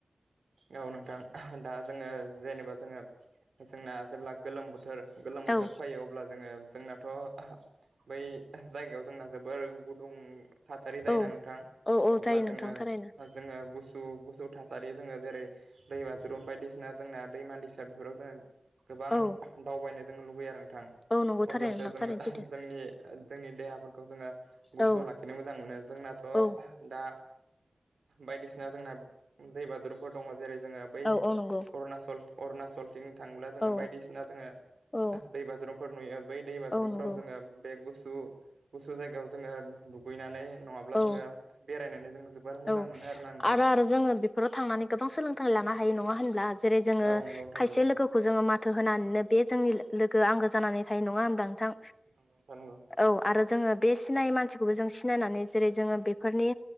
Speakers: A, on the right; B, on the left.
A: औ नोंथां दा जोङो जेनेबा जोङो जोंना जेब्ला गोलोम बोथोर गोलोम बोथोर
B: औ
A: फैयो अब्ला जोङो जोंनाथ' बै जायगायाव जोंना जोबोर गुदुं थासारि जायोना
B: औ
A: नोंथां
B: औ औ
A: अब्ला
B: जायो नोंथां
A: जोङो
B: थारैनो
A: जोङो गुसु गुसु थासारि जोङो जेरै दै बाज्रुम बायदिसिना जोंना दैमा दैसा बेफोराव जोङो गोबां
B: औौ
A: दावबायनो जोंनो लुबैयो आरो नोंथां
B: औ नंगौ थारैनो
A: अब्लासो
B: नोंथां
A: जोङो
B: थारैनो सैथो
A: जोंनि जोंनि देहाफोरखौ खौ जोङो गुसुआव
B: औ
A: लाखिनो मोजां मोनो जोंनाथ'
B: औ
A: दा बायदिसिना जोंना दै बाजुरुमफोर दङ जेरै जोङो बै
B: औ औ नंगौ
A: अरुणाचल अरुणाचलथिं थाङोब्ला जोङो
B: औ
A: बायदिसिना जोङो
B: औ
A: दै बाज्रुमफोर नुयो। बै दै बास्रुमफोराव
B: औ नंगौ
A: जोङो बे गुसु गुसु जायगायाव जोङो दुगैनानै नङाब्ला
B: औ
A: जोङो बेरायनानै जों जोबोर मोजां
B: औ
A: मोनो आरोना नोंथां।
B: आरो आरो जोङो बेफोराव थांनानै गोबां सोलोंथाइ लानो हायो नङा होनब्ला जेरै जोङो
A: औ नंगौ नोंथां
B: खायसे
A: नंगौ
B: लोगोखौ जोङो माथो होनानैनो बे जोंनि लोगो आंगो जानानै थायो नंङा होनदा नोंथां
A: नंगौ नोंथां नंगौ
B: औ आरो जोंङो बे सिनायै मानसिखौबो जों सिनायनानै जेरै जोंङो बेफोरनि